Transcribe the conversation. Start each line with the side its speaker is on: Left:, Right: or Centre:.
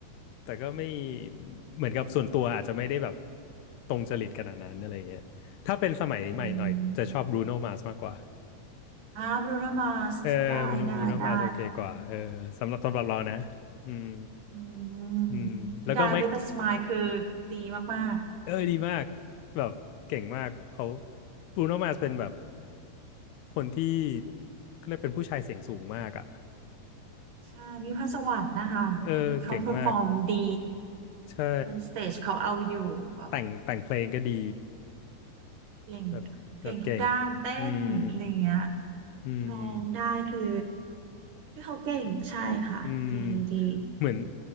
Left: แต่ก็ไม่เหมือนกับส่วนตัวอาจจะไม่ได้แบบตรงจริตขนาดนั้นอะไรเงี้ยถ้าเป็นสมัยใหม่หน่อยจะชอบบรูโนมา
Right: อืม
Left: r s มากกว่า
Right: อ่าบรูโนมาสได้ได้ได้
Left: เออบรูโนมา r s โอเคกว่าเออสำหรับสำหรับเรานะอืม
Right: อืม
Left: อืมแล้วก็ไมค์
Right: Die with a smile คือดีมาก
Left: เอ้ยดีมากแบบเก่งมากเขาบรูโนมา r s เป็นแบบคนที่เขาเรียกเป็นผู้ชายเสียงสูงมากอ่ะ
Right: ๆใช่ มีพรสวรรค์นะคะคือเขาเพอร์ฟอร์มดี
Left: เออเก่งมากใช่
Right: บนสเตจเขาเอาอยู่แบบ
Left: แต่งแต่งเพลงก็ดี
Right: เก่ง
Left: แบบแบบเก่ง
Right: เก่งทุกด้านเต้นอะไรเงี้ย
Left: อืมอืม
Right: ร้องได้คือคือเขาเก่งใช่ค่ะดีดี
Left: อืมเหมือน